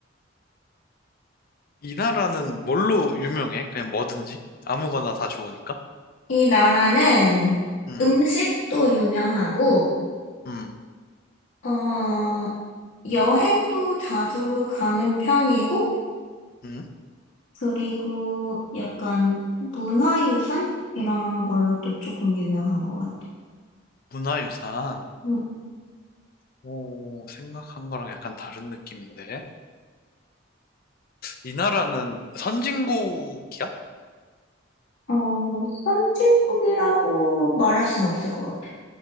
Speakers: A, on the left; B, on the left.
A: 이 나라는 뭘로 유명해? 그냥 뭐든지 아무거나 다 좋으니까.
B: 이 나라는
A: 음,
B: 음식도 유명하고,
A: 음,
B: 어, 여행도 자주 가는 편이고,
A: 음.
B: 그리고 약간 문화유산? 이런 걸로도 조금 유명한 것 같아.
A: 문화유산.
B: 음.
A: 오, 생각한 거랑 약간 다른 느낌인데. 이 나라는 선진국이야?
B: 어, 선진국이라고 말할 수는 없을 것 같아.